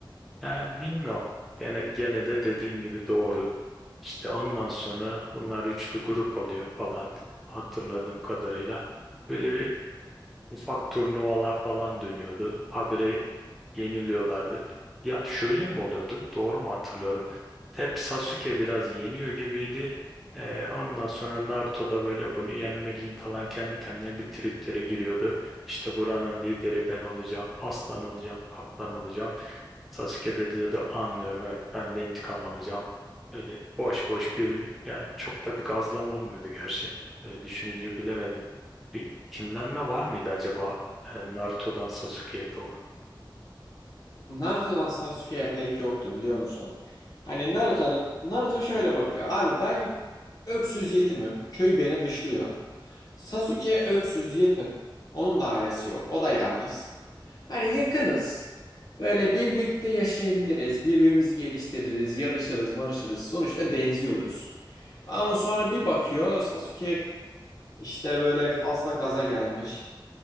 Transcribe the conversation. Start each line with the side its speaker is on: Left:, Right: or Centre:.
Centre: Yani bilmiyorum. Yani gene de dediğin gibi doğru. İşte ondan sonra bunlar üçlü grup oluyor falan hatırladığım kadarıyla. Böyle bir ufak turnuvalar falan dönüyordu. Habire yeniliyorlardı. Ya şöyle mi oluyordu? Doğru mu hatırlıyorum? Hep Sasuke biraz yeniyor gibiydi. Ee, ondan sonra Naruto da böyle bunu yenmeliyim falan kendi kendine bir triplere giriyordu. İşte buranın lideri ben olacağım, aslan olacağım, kaptan olacağım. Sasuke de diyordu anlıyorum evet ben de intikam alacağım. Öyle boş boş bir yani çok da bir gazlama olmuyordu gerçi. Öyle düşününce bilemedim. Bir kinlenme var mıydı acaba e, Naruto'dan Sasuke'ye doğru?
Left: Naruto'dan Sasuke'ye pek yoktu biliyor musun? Hani Naruto'nun Naruto şöyle bakıyor. Abi ben öksüz yetimim. Köy beni dışlıyor. Sasuke öksüz yetim. Onun da ailesi yok. O da yalnız. Hani yakınız. Böyle birlikte yaşayabiliriz. Birbirimizi geliştiririz. Yarışırız, marışırız. Sonuçta benziyoruz. Ama sonra bir bakıyor Sasuke işte böyle fazla gaza gelmiş.